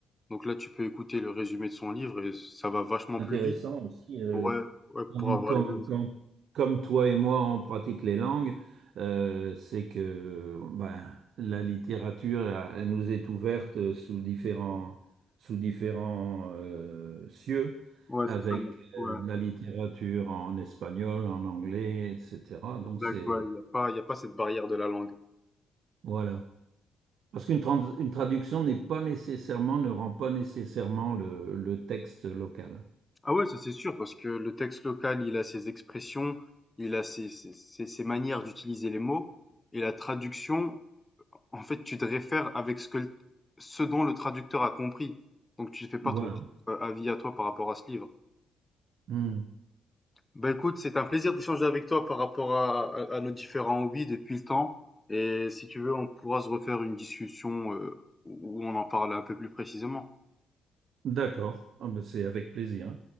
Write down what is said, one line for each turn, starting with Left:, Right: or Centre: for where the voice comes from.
Left: Donc là, tu peux écouter le résumé de son livre et ça va vachement
Right: Intéressant
Left: plus vite.
Right: aussi. euh,
Left: Ouais, ouais,
Right: Comme,
Left: pour avoir
Right: comme,
Left: les mêmes.
Right: comme, comme toi et moi, on pratique les langues, euh, c'est que ben, la littérature elle- elle nous est ouverte sous différents, sous différents euh, cieux,
Left: Ouais,
Right: avec
Left: c'est ça. Ouais,
Right: euh, de la littérature en espagnol, en anglais, etc. Donc
Left: exact.
Right: c'est
Left: Ouais, il n'y a pas, il y a pas cette barrière de la langue.
Right: voilà. Parce qu'une trans- une traduction n'est pas nécessairement, ne rend pas nécessairement le, le texte local.
Left: Ah ouais, ça c'est sûr, parce que le texte local, il a ses expressions, il a ses, ses, ses, ses manières d'utiliser les mots, et la traduction, En fait, tu te réfères avec ce que l- ce dont le traducteur a compris. Donc, tu fais pas
Right: Voilà.
Left: ton propre avis à toi par rapport à ce livre.
Right: Hmm.
Left: Bah écoute, c'est un plaisir d'échanger avec toi par rapport à, à- à nos différents hobbies depuis le temps. Et si tu veux, on pourra se refaire une discussion euh, où on en parle un peu plus précisément.
Right: D'accord. Ah ben, c'est avec plaisir.